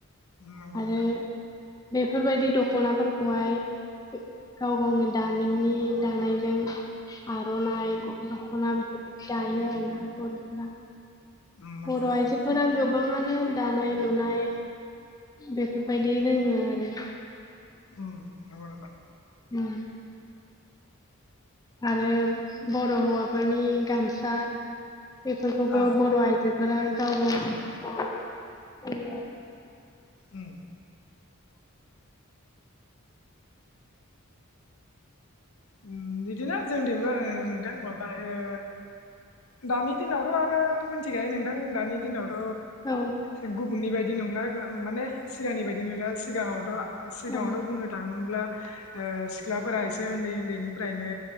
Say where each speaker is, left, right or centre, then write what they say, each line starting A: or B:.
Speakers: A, on the left (about 80°); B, on the left (about 15°).
A: नंगौ
B: आरो।
A: नोंथां
B: बेफोरबायदि दखनाफोरखौहाय। गाव गावनो दामिननि दानायजों आरो। दखना बे जायो आरो ना बर'फोरा।
A: उम नंगौ
B: बर'
A: नोंथां
B: आइजोफोरा गोबां। गोबाङानो दानाय लुनाय बेफोरबायदि रोङो आरो।
A: औ नोंगौ नोंथां।
B: ओं। आरो बर' हौवाफोरनि गामसा बेफोरखौबो
A: ओ
B: बर' आइजो। बेफोर गाव गावनि
A: उम उम बिदिनो जोंदिबो होनो नोंथां माबा ओ दानि दिनावथ' आरो मिथिखायो नोंथां दानि दिनावथ'।
B: औ
A: ओ गुबुननि बायदि नंला माने सिगांनि बायदि। बिदिनो सिगाङावथ' सिगाङावथ'
B: औ
A: बुंनो थाङोब्ला। ओ सिख्लाफोरा एसे उन्दै उन्दैनिफ्रायनो।